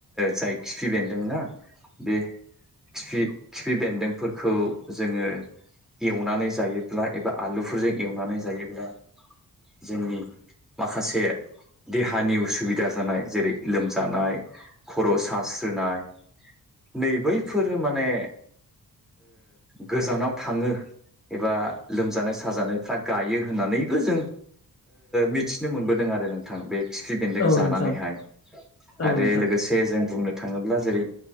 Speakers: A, in the centre; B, on the left.
A: जाय खिफि बेन्दोंना बे खिफि खिफि बेन्दोंफोरखौ जोङो एवनानै जायोब्ला एबा आलुफोरजों एवनानै जायोब्ला जोंनि माखासे देहानि उसुबिदा जानाय जेरै लोमजानाय खर' सास्रोनाय नै बैफोरो माने गोजानाव थाङो एबा लोमजानाय साजानायफ्रा गायो होननानैबो जों मिथिनो मोनबोदों आरो नोंथां बे खिफि बेन्दों
B: औ
A: जानानैहाय
B: नोंथां औ
A: आरो
B: नोंथां
A: लोगोसे जों बुंनो थाङोब्ला जेरै